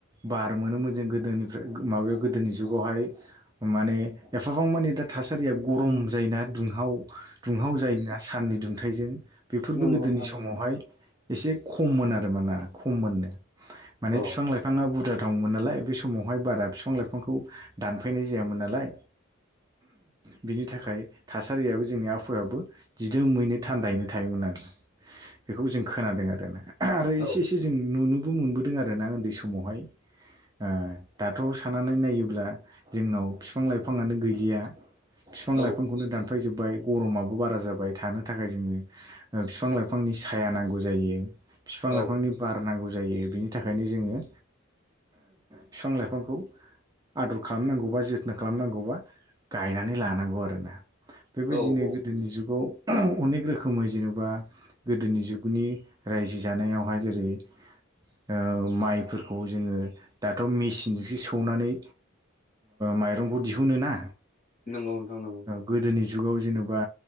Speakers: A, on the right; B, on the left.
A: बार मोनोमोन जों गोदोनिफ्राय माबायाव गोदोनि जुगावहाय माने एफाबां मानि दा थासारिया गरम जायोना दुंहाव दुंहाव जायोना साननि दुंथाइजों बेफोरबो
B: नंगौ नंगौ
A: गोदोनि
B: नोंथां नंगौ
A: समावहाय एसे खममोन आरो माना खममोननो माने
B: औ
A: बिफां लाइफाङा बुरजा दंमोन नालाय बे समावहाय बारा बिफां लाइफांखौ दानफायनाय जायामोन नालाय बिनि थाखाय थासारियाबो जोंनि आबहावायाबो जिदोमैनो थान्दायैनो थायोमोन आरो बेखौ जों खोनादों आरोना आरो
B: औ
A: इसे एसे जों नुनोबो मोनबोदों दों आरोना उन्दै समावहाय। ओ दाथ' साननानै नायोब्ला जोंनाव बिफां लाइफाङानो गैलिया बिफां
B: औ
A: लाइफांखौनो दानफायजोब बाय गरमाबो बारा जाबाय थानो थाखाय जोङो बिफां लाइफांनि साया नांगौ जायो। बिफां
B: औ
A: लाइफांनि बार नांगौ जायो बिनि थाखायनो जोङो बिफां लाइफांखौ आदर खालामनांगौबा जोथोन खालामनांगौबा गायनानै लानांगौ आरोना बेबायदिनो
B: औ औ
A: गोदोनि जुगाव अनेक रोखोमै जेनेबा गोदोनि जुगनि रायजो जानायावहाय जेरै ओ माइफोरखौ जोङो दाथ' मेसिनजोंसो सौनानै माइरंखौ दिहुनो ना
B: नंगौ नोंथां नंगौ
A: गोदोनि जुगाव जेनेबा